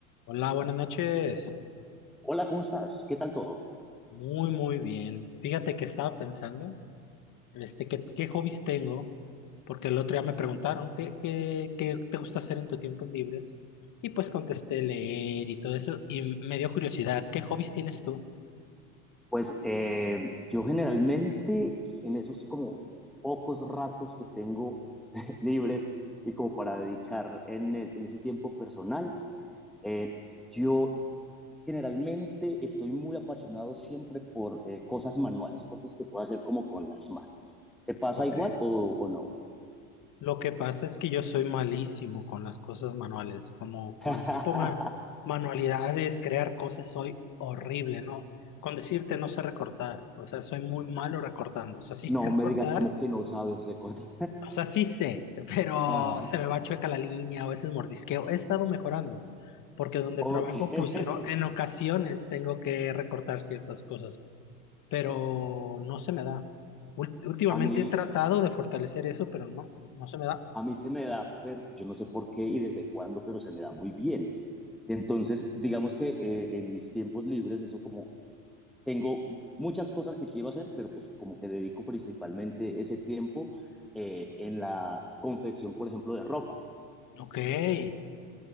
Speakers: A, on the left; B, in the centre.
A: Hola, buenas noches.
B: Hola, ¿cómo estás? ¿Qué tal todo?
A: Muy, muy bien. Fíjate que estaba pensando, este, qué, qué hobbies tengo, porque el otro día me preguntaron, ¿qué, qué, qué te gusta hacer en tu tiempo libre? Y pues contesté leer y todo eso, y me dio curiosidad, ¿qué hobbies tienes tú?
B: Pues eh, yo generalmente en esos como pocos ratos que tengo <laughs> libres y como para dedicar en, e- en ese tiempo personal, eh, yo generalmente estoy muy apasionado siempre por eh, cosas manuales, cosas que puedo hacer como con las manos. ¿Te pasa
A: Ok.
B: igual o, o no?
A: Lo que pasa es que yo soy malísimo con las cosas manuales, como con
B: <laughs>
A: tipo ma- manualidades, crear cosas, soy horrible, ¿no? Con decirte no sé recortar, o sea, soy muy malo recortando, o sea, sí
B: No
A: sé recortar
B: me digas como que no sabes recortar.
A: O sea, sí sé, pero
B: <laughs> Ajá.
A: se me va chueca la línea, a veces mordisqueo. He estado mejorando, porque donde
B: Ok.
A: trabajo,
B: <laughs>
A: pues en, o- en ocasiones tengo que recortar ciertas cosas, pero no se me da. Ul- últimamente
B: A mí,
A: he tratado de fortalecer eso, pero no, no se me da.
B: A mí se me da, pero yo no sé por qué y desde cuándo, pero se me da muy bien. Entonces, digamos que eh, en mis tiempos libres, eso como tengo muchas cosas que quiero hacer, pero pues como que dedico principalmente ese tiempo eh, en la confección, por ejemplo, de ropa,
A: Ok, entonces